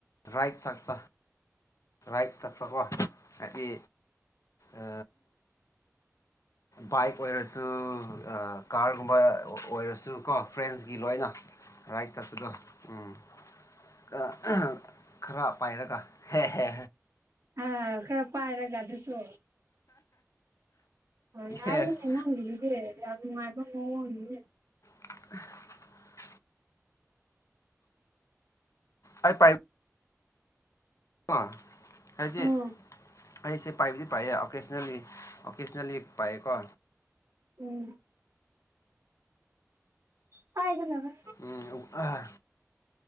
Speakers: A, on the left; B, on the right.
A: ꯔꯥꯏꯠ ꯆꯥꯛꯄ ꯔꯥꯏꯠ ꯌꯠꯄꯀꯣ ꯍꯥꯏꯗꯤ ꯑ ꯕꯥꯏꯛ ꯑꯣꯏꯔꯁꯨ ꯑꯥ ꯀꯥꯔꯒꯨꯝꯕ ꯑꯣꯏꯔꯁꯨ ꯀꯣ ꯐ꯭ꯔꯦꯟꯁ ꯒꯤ ꯂꯣꯏꯅ ꯔꯥꯏꯠ ꯆꯠꯄꯗꯣ ꯎꯝ ꯀꯥ ꯈꯔ ꯄꯥꯏꯔꯒ ꯍꯦꯍꯦ
B: ꯑ ꯈꯔ ꯄꯥꯏꯔꯒ ꯑꯗꯨꯁꯨ ꯑ ꯌꯥꯏꯅꯦ
A: ꯌꯦꯁ
B: ꯅꯪꯒꯤꯖꯤꯗꯤ ꯌꯥꯝ ꯅꯨꯡꯉꯥꯏꯕ ꯃꯑꯣꯡꯅꯤꯅꯦ
A: <inaudible> ꯑꯩ ꯄꯥꯏ ꯀꯣ ꯍꯥꯏꯗꯤ
B: ꯎꯝ
A: ꯑꯩꯁꯦ ꯄꯥꯏꯕꯗꯤ ꯄꯥꯢꯌꯦ ꯑꯣꯀꯦꯁꯅꯦꯜꯂꯤ ꯑꯣꯀꯦꯁꯅꯦꯜꯂꯤ ꯄꯥꯢꯌꯦꯀꯣ
B: ꯎꯝ ꯄꯥꯢꯒꯗꯕ
A: ꯎꯝ ꯑꯍꯥ